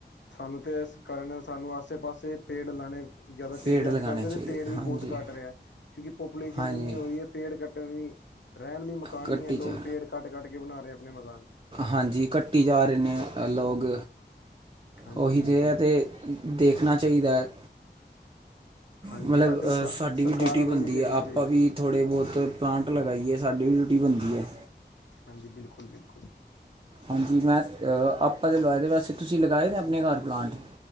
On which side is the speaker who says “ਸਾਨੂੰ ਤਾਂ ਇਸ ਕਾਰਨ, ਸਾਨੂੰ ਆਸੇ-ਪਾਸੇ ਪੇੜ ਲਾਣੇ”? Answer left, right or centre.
Left